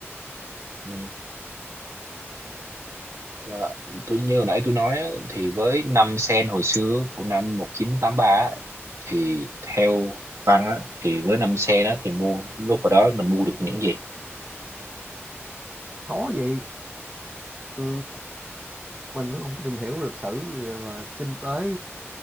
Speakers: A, on the right; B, on the right.
A: ừ. Và tôi như hồi nãy tôi nói á, thì với 5 sen hồi xưa của năm 1983 á, thì theo Văn á, thì với 5 sen đó thì mua lúc hồi đó mình mua được những gì
B: khó vậy ừ, mình nó không tìm hiểu lịch sử và kinh tế